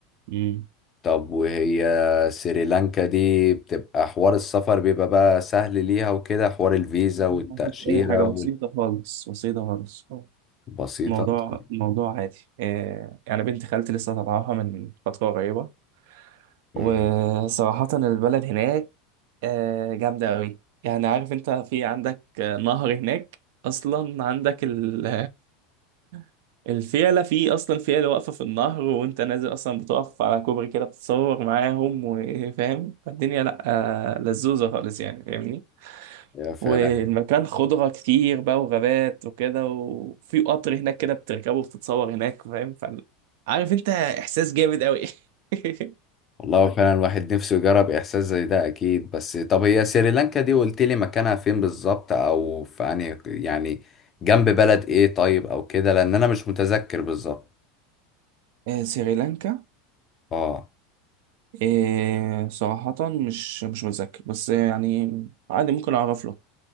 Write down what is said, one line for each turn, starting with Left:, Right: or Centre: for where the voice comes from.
Right: امم
Left: طب وهي سريلانكا دي بتبقى حوار السفر بيبقى بقى سهل ليها وكده حوار الفيزا والتأشيرة
Right: مفيش أي حاجة بسيطة خالص بسيطة خالص
Left: والبسيطة
Right: موضوع
Left: طيب.
Right: موضوع عادي آه، يعني بنت خالتي لسه طالعاها من فترة قريبة
Left: مم.
Right: وصراحة البلد هناك آه، جامدة أوي يعني عارف أنت في عندك آه، نهر هناك أصلا عندك ال- <laughs> الفيلة في أصلا فيلة واقفة في النهر وأنت نازل أصلا بتقف على كوبري كده بتتصور معاهم وفاهم فالدنيا لأ آه، لزوزة خالص يعني فاهمني
Left: هي فعلا
Right: والمكان خضرة كتير بقى وغابات وكده وفي قطر هناك كده بتركبه وبتتصور هناك فاهم فال- عارف انت احساس جامد قوي <laughs>
Left: والله هو فعلا الواحد نفسه يجرب احساس زي ده اكيد بس طب هي سريلانكا دي قلت لي مكانها فين بالظبط او في يعني يعني جنب بلد ايه طيب او كده لان انا مش متذكر بالظبط
Right: آه، سريلانكا
Left: اه
Right: آه، صراحة مش مش متذكر بس يعني عادي ممكن أعرف لك